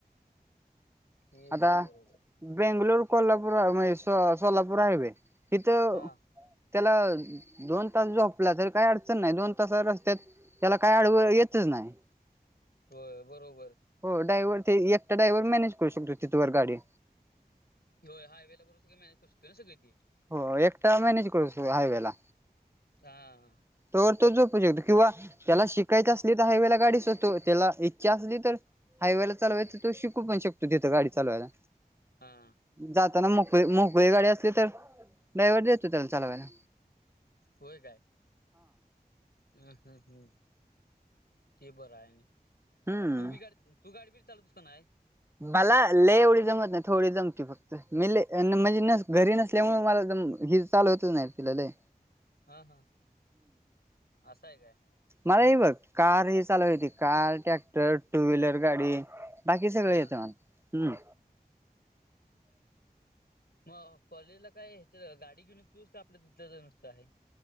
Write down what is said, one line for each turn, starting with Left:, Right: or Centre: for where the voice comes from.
Left: की
Right: आता
Left: हाय बरोबर.
Right: बेंगलोर कोल्हापूरा सोलापुर हायवे हेत त्याला
Left: हा
Right: दोन तास झोपला तरी काही अडचण नाही दोन तास रस्त्यात त्याला काय आडव येतच नाही.
Left: होय बरोबर
Right: हो डायव्हर ते एकटा डायवर मॅनेज करू शकतो तिथवर गाडी.
Left: यो हायवे बरु सगळे मॅनेज करू शकतोय ना सगळी बी.
Right: हो एकटा मॅनेज करू शो हायवे ला.
Left: हा हा.
Right: तोवर तो झोपू शकतो किंवा त्याला शिकायचं असली तर हायवेला गाडी सोतो त्याला इच्छा असली तर हायवे ला चालवायचं तो शिकू पण शकतो तिथं गडी चालवायला.
Left: हां.
Right: जाताना मोकळी मोकळी गाडी असली तर ड्रायवर देतो त्याला चालावायला.
Left: होय काय हम्म हम्म हम्म ते बरं आहे आणि
Right: हम्म
Left: तू बी गाडी तू गाडी बिडी चालवतोस का नाय?
Right: बाला लय एवढी जमत नाही थोडी जमती फक् तय मिले अ न म्हणजे नस घरी नसल्यामुळे मला जम हि चालवतो नाय तिलाले.
Left: हा हा असं आहे काय.
Right: मला ही बघ कार ही चालव्हायला येते कार, ट्रॅक्टर, टू व्हीलर गाडी. बाकी सगळ
Left: हा
Right: येतं मला हम्म.
Left: म कॉलेजला काय ह्याच्या गाडी घेऊन येतोस का आपलं तिथल्याच नुसतं आहे?